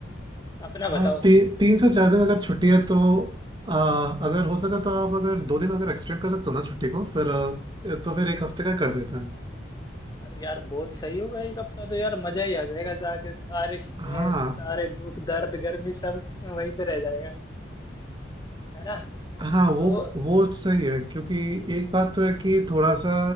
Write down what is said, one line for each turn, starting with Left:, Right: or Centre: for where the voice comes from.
Left: अपना
Right: हाँ
Left: बताओ
Right: ती, तीन से चार दिन अगर छुट्टी है तो आ, अगर हो सका तो आप अगर दो दिन अगर एक्सटेंड कर सकते हो ना छुट्टी को फिर आ, तो फिर एक हफ्ते का कर देते हैं
Left: अरे यार बहुत सही होगा एक हफ्ता तो यार मजा ही आ जाएगा जाके सारे स्ट्रेस
Right: हाँ
Left: सारे दुख दर्द गर्मी सब <laughs> वहीं पे रह जाएगा है ना
Right: हाँ वो
Left: तो
Right: वो सही है क्योंकि एक बात तो है कि थोड़ा सा